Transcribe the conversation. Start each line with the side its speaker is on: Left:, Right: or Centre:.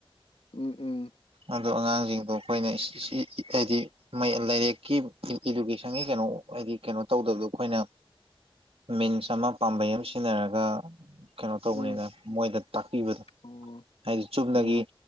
Left: ꯎꯝ ꯎꯝ
Right: ꯑꯗꯣ ꯑꯉꯥꯡꯁꯤꯡꯗꯣ ꯑꯩꯈꯣꯏꯅ <unintelligible> ꯍꯥꯏꯗꯤ ꯂꯥꯏꯔꯤꯛꯀꯤ ꯏꯗꯨꯀꯦꯁꯟꯒꯤ ꯀꯩꯅꯣ ꯍꯥꯏꯗꯤ ꯀꯩꯅꯣ ꯇꯧꯗꯕꯗꯣ ꯑꯩꯈꯣꯏꯅ ꯃꯤꯟꯁ ꯑꯃ ꯄꯥꯝꯕꯩ ꯑꯃ ꯁꯤꯖꯤꯟꯅꯔꯒ ꯀꯩꯅꯣ ꯇꯧꯕꯅꯤꯅ
Left: ꯎꯝ
Right: ꯃꯣꯏꯗ ꯇꯥꯛꯄꯤꯕꯗꯣ
Left: ꯑꯣ
Right: ꯍꯥꯏꯗꯤ ꯆꯨꯝꯅꯒꯤ
Left: ꯑꯣ